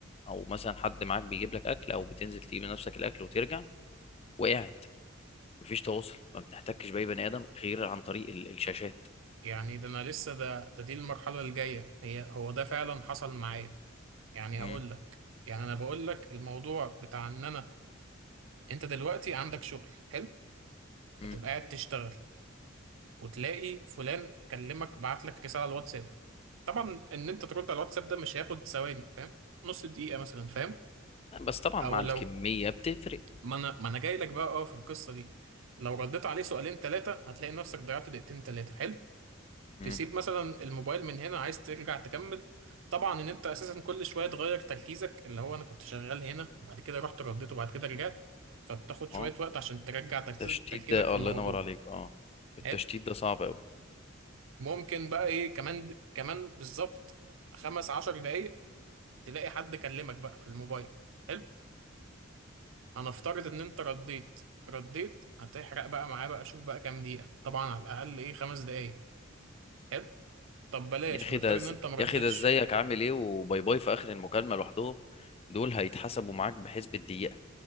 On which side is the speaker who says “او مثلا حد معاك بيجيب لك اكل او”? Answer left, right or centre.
Left